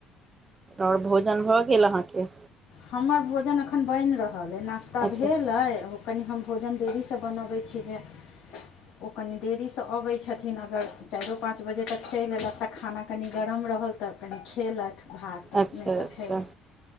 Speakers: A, on the right (about 25°); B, on the left (about 75°).
A: आओर भोजन भऽ गेल अहाँके?
B: हमर भोजन अखन बईन रहल अई। नास्ता
A: अच्छा
B: भेलअइ ओ कनि हम भोजन देरी सँ बनब। बै छी जे, ओ कनि देरीसँ अबै छथिन अगर। चाइरो पाँच बजे तक चइल अयलथ तऽ खाना कनि गरम रहल। तऽ कनि खेलैथ भात
A: अच्छा
B: नै तऽ
A: अच्छा
B: फेर।